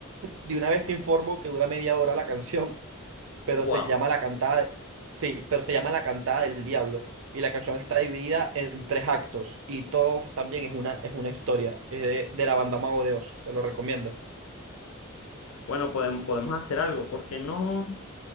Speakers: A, on the right (about 70°); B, on the left (about 80°).
A: De una vez te informo que dura media hora la canción, <laughs> pero
B: Wow.
A: se llama La Cantada. de- Sí, pero se llama La Cantada del Diablo. Y la canción está dividida en tres actos. Y todos también es una, es una historia. Es de, de la banda Mago de Oz. Te lo recomiendo.
B: Bueno, podemos, podemos hacer algo, ¿por qué no?